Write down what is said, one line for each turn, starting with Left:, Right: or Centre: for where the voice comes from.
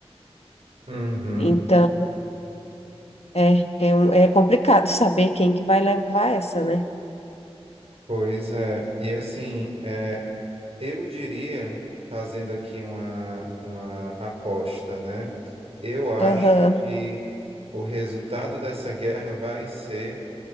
Right: Uhum,
Left: Então, é, é, um- é complicado <laughs> saber quem que vai levar essa, né?
Right: pois é. E assim, é, eu diria, fazendo aqui uma, uma aposta, né? Eu acho
Left: Aham.
Right: que o resultado dessa guerra vai ser